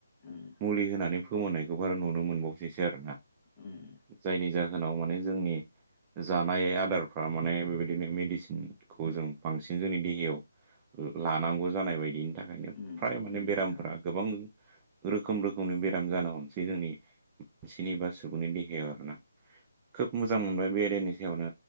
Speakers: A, on the left; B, on the right.
A: उम
B: मुलि होनानै फोमोननायखौ बारा नुनो मोनबावसैसो आरोना
A: उम
B: जायनि जा होनाव माने जोंनि जानाय आदारफ्रा माने बेबायदिनो मेडिसिन खौ जों बांसिन जोंनि देहायाव लानांगौ जानाय बायदि थाखायनो
A: उम उम
B: फ्राय माने
A: उम
B: बेरामफोरा
A: नोंथां
B: गोबां रोखोम रोखोमनि बे राम जानो हमसै जोंनि मानसिनि बा सुबुंनि देहायाव आरोना खोब मोजां मोनबाय बे आयदनि सायावनो